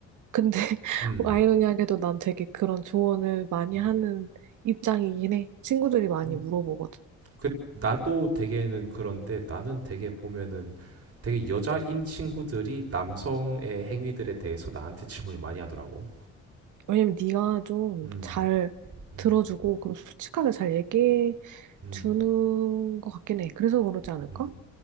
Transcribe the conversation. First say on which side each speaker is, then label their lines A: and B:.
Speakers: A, on the right; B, on the right.
A: 근데 <laughs>
B: 음.
A: 아이러니하게도 난 되게 그런 조언을 많이
B: 음.
A: 하는 입장이긴 해. 친구들이 많이
B: 음.
A: 물어보거든.
B: 그 나도 되게는 그런데 나는 되게 보면은 되게 여자인 친구들이 남성의 행위들에 대해서 나한테 질문을 많이 하더라고.
A: 왜냐면 네가 좀
B: 음.
A: 잘
B: 음.
A: 들어주고 그리고 솔직하게 잘 얘기해
B: 음.
A: 주는 것 같긴 해. 그래서 그러지 않을까?
B: 음.